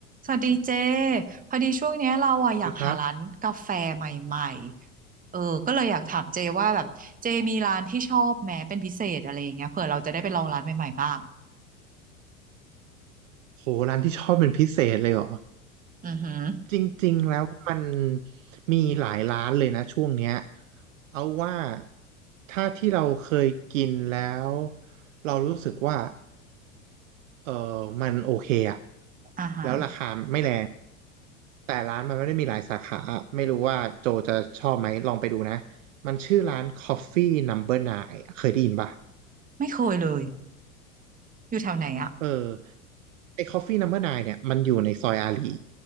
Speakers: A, on the right; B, on the right.
A: สวัสดีเจพอดีช่วงเนี้ยเราอะอยากหาร้านกาแฟใหม่ๆเออก็เลยอยากถามเจว่าแบบเจมีร้านที่ชอบแม้เป็นพิเศษอะไรอย่างเงี้ยเผื่อเราจะได้ไปลองร้านใหม่ๆบ้าง
B: ดีครับโหร้านที่ชอบเป็นพิเศษเลยเหรอ
A: อือหือ
B: จริงๆแล้วมันมีหลายร้านเลยนะช่วงเนี้ยเอาว่าถ้าที่เราเคยกินแล้วเรารู้สึกว่าเออมันโอเคอะ
A: อ่าฮะ
B: แล้วราคาไม่แรงแต่ร้านมันไม่ได้มีหลายสาขาไม่รู้ว่าโจจะชอบไหมลองไปดูนะมันชื่อร้าน Coffee Number n น n e เคยได้ยินป่ะ
A: ไม่เคยเลยอยู่แถวไหนอะ
B: เออไอ้ Coffee Number n น n e เนี่ยมันอยู่ในซอยอารี